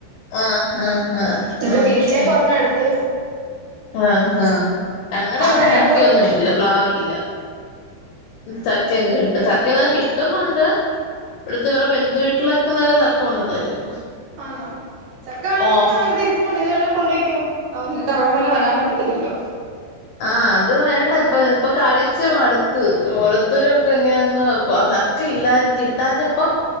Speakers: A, on the left; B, on the right.
A: ആഹ് ആഹ്ആഹ്
B: എന്നിട്ട്
A: ആഹ്
B: വീട്ടിലേക്ക്
A: ആഹ്
B: ഒരെണ്ണം എടുത്ത്
A: ആഹ് ഹാ ഞങ്ങടെ
B: അങ്ങനെയൊക്കെ
A: ഇവിടെ ചക്കയൊന്നും ഇല്ല പ്ലാവില്ല ചക്കയെക്കെ കിട്ടു ചക്ക <unintelligible> കിട്ടുന്നുണ്ട് ഇവിടുത്തെ ഇവരെ ബന്ധുുവീട്ടിലൊക്കെ നല്ല ചക്ക കൊണ്ട് തരും
B: ആന്നോ ചക്ക വേണങ്കി
A: ഓ
B: വാ ഇവിടെ ഇരിപ്പുണ്ട് ഇത് വേണേ കൊണ്ടോയ്ക്കോ ഓ നിരക്ക് അവിടം വരെ വരാൻ പറ്റത്തില്ലല്ലോ
A: ആഹ് അത് വേണ്ട ഇപ്പ ഇപ്പൊ കഴിച്ച് മടുത്ത് ഓലത്തൂരും ഒക്കെ ഇങ്ങനങ്ങ് ചക്ക ഇല്ലാ കിട്ടാഞ്ഞപ്പം